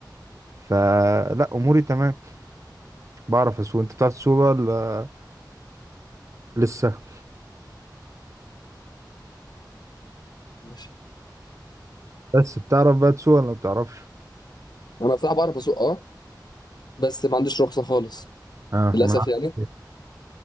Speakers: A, on the right; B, on the left.
A: فلا اموري تمام بعرف اسوق انت بتعرف تسوق ولا لسه
B: ماشي
A: بس بتعرف بقى تسوق ولا ما بتعرفش
B: انا بصراحه بعرف اسوق اه بس ما عنديش رخصه خالص
A: اه
B: للاسف
A: ما أنا-
B: يعني